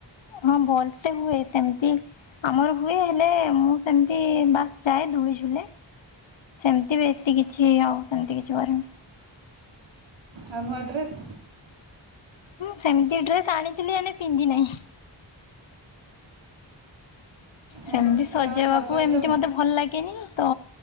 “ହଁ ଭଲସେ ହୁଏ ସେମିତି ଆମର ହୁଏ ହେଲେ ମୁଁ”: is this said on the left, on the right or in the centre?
Left